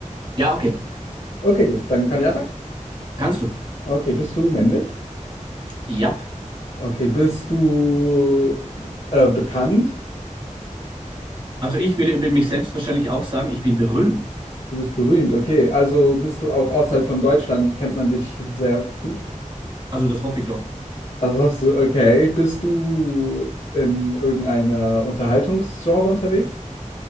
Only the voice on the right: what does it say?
ja, okay,
kannst du.
Ja.
Also ich würde über mich selbst wahrscheinlich auch sagen, ich bin berühmt.
Also das hoffe ich doch.